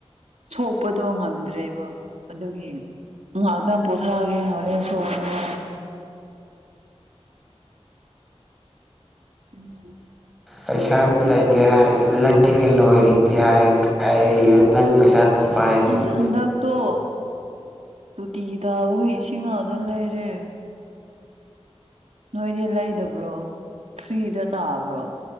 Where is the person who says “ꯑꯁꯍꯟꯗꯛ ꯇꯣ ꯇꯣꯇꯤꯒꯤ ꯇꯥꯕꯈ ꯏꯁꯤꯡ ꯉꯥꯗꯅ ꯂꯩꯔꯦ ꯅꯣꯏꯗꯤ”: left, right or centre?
Right